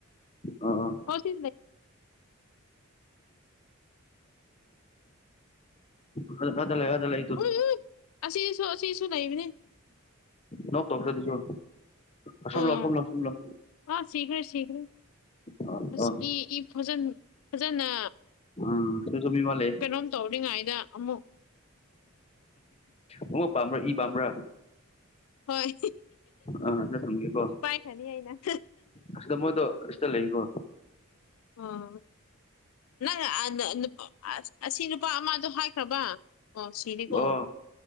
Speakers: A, on the left; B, on the left.
A: ꯑꯥ
B: ꯍꯣ ꯁꯤꯗ ꯂꯩ
A: ꯈꯔ ꯑꯥꯗ ꯂꯩ ꯑꯥꯗ ꯂꯩ ꯇꯨ
B: ꯎꯝ ꯎꯝ ꯑꯁꯤꯁꯨ ꯑꯁꯤꯁꯨ ꯂꯩꯕꯅꯦ
A: ꯅꯣꯛ ꯇꯧꯈ꯭ꯔꯦ ꯑꯗꯨꯁꯨ ꯑꯁꯣꯝ
B: ꯑꯣ
A: ꯂꯥꯎ ꯁꯣꯝ ꯂꯥꯎ ꯁꯣꯝ ꯂꯥꯎ
B: ꯑꯥ ꯁꯤꯈ꯭ꯔꯦ ꯁꯤꯈ꯭ꯔꯦ
A: ꯑꯥ
B: ꯑꯁ
A: ꯑꯥ
B: ꯏ ꯏ ꯐꯥꯖꯟ ꯐꯖꯅꯥ
A: ꯎꯝ ꯁꯤꯗꯥꯁꯨ ꯃꯤ ꯃꯥ ꯂꯩ
B: ꯅꯣꯝ ꯇꯧꯔꯤꯉꯩꯗ ꯑꯃꯨꯛ
A: ꯑꯣꯉꯛ ꯄꯥꯝꯕꯔꯥ ꯏ ꯄꯥꯝꯕꯔꯥ
B: ꯍꯣꯏ
A: ꯑꯥ ꯑꯗꯨꯗ ꯊꯝꯒꯦꯀꯣ
B: ꯌꯥꯅꯤ ꯑꯩꯅ
A: ꯑꯁꯤꯗ ꯃꯣꯏꯗꯣ ꯑꯁꯤꯗ ꯂꯩꯒꯣ
B: ꯑꯣ ꯅꯪ ꯑꯥꯅ ꯅꯨꯞ ꯑꯁꯤ ꯅꯨꯄꯥ ꯑꯃꯗꯣ ꯍꯥꯏꯈ꯭ꯔꯥꯕ ꯑꯣ ꯁꯤꯔꯦꯀꯣ
A: ꯑꯣ